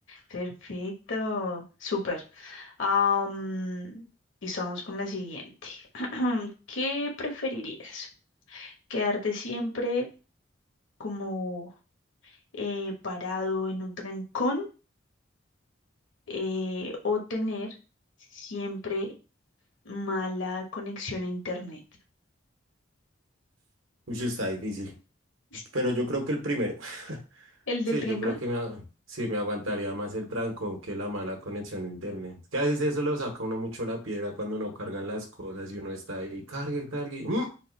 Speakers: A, on the left; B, on the right.
A: Perfecto. Súper. Am, listo, vamos con la siguiente. <clears throat> ¿Qué preferirías? ¿Quedarte siempre como eh, parado en un trancón eh, o tener siempre mala conexión a internet?
B: Uy, está difícil,
A: <laughs>
B: pero yo creo que el primero. <laughs>
A: El del
B: Sí,
A: trancón.
B: yo creo que me, a- sí, me aguantaría más el trancón que la mala conexión de internet. Es que a veces eso lo saca uno mucho la piedra cuando no cargan las cosas y uno está ahí, cargue, cargue, y, mm,